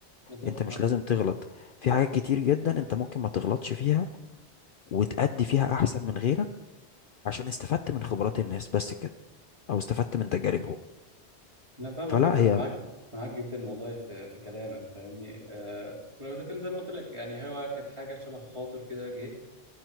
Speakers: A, on the right; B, on the left.
A: بالظبط
B: انت
A: فاهمك
B: مش لازم تغلط في حاجات كتير جدا انت ممكن ما تغلطش فيها وتأدي فيها احسن من غيرك عشان استفدت من خبرات الناس بس كده او استفدت من تجاربهم
A: انا فاهمك
B: فلا
A: جدا
B: هي
A: ومعاك معاك جدا والله في في كلامك فاهمني أه ولو ذاكر زي ما قلت لك يعني هو كانت حاجه شبه خاطر كده جه